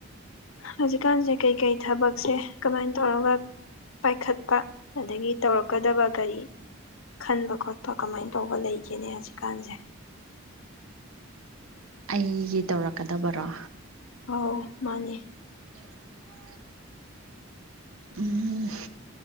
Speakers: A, on the left; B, on the right.
A: ꯍꯧꯖꯤꯛꯀꯥꯟꯖ‌ꯦ ꯀꯩꯀꯩ ꯊꯕꯛꯁꯦ ꯀꯃꯥꯏꯅ ꯇꯧꯔꯒ ꯄꯥꯏꯈꯠꯄ ꯑꯗꯒꯤ ꯇꯧꯔꯛꯀꯗꯕ ꯀꯔꯤ ꯈꯟꯕ ꯈꯣꯠꯄ ꯀꯃꯥꯏꯅ ꯇꯧꯕ ꯂꯩꯒꯦꯅꯦ ꯍꯧꯖꯤꯛꯀꯥꯟꯖ‌ꯦ
B: ꯑꯩꯒꯤ ꯇꯧꯔꯛꯀꯗꯕꯔꯣ
A: ꯑꯧ ꯃꯥꯅꯦ
B: <inaudible> ꯎꯝ